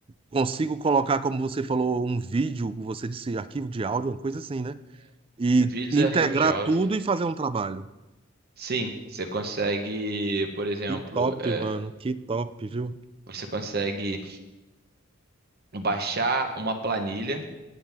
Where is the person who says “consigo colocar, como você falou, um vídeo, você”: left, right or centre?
Right